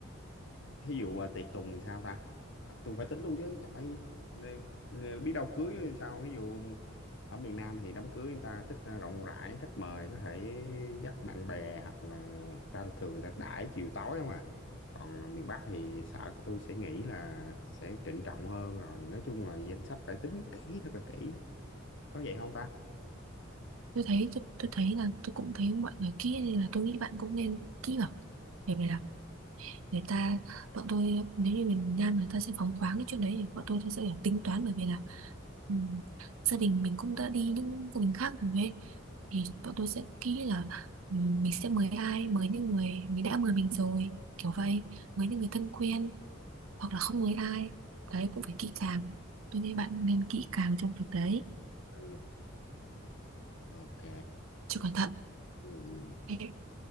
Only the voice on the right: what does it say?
tôi thấy tôi, tôi thấy là tôi cũng thấy mọi người kia nên là tôi nghĩ bạn cũng nên kỹ vào để này người ta bọn tôi nếu như miền Nam người ta sẽ phóng khoáng cái chuyện đấy thì bọn tôi sẽ phải tính toán bởi vì là ừm, gia đình mình cũng đã đi những gia đình khác rồi ấy. thì bọn tôi sẽ kỹ là ừm, mình sẽ mời ai mời những người mình đã mời mình rồi kiểu vậy mời những người thân quen hoặc là không mời ai đấy cũng phải kỹ càng tôi nghĩ bạn nên kỹ càng trong việc đấy
chứ cẩn thận
Ê,